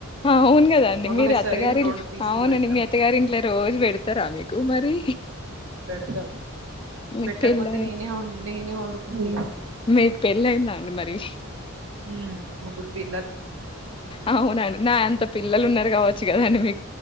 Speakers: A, on the left (about 25°); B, on the right (about 60°).
A: అవును కదండి
B: ఒకటేసారి
A: మీరు అత్తగారిలు
B: రెండు పీసులు
A: అవునండి
B: పెడతారు
A: మీ అత్తగారి ఇంట్లో రోజు పెడతారా మీకు మరి
B: పెడతారు
A: మీకు
B: పెట్టకపోతే
A: పెళ్ళి
B: నేనేం నేనే వండుకుంటిగ
A: మీక్ పెళ్ళి అయిందా అండి మరి
B: ఊ ముగ్గురు పి
A: అవునండి నా అంత పిల్లలు ఉన్నారు కావచ్చు కదండి మీకు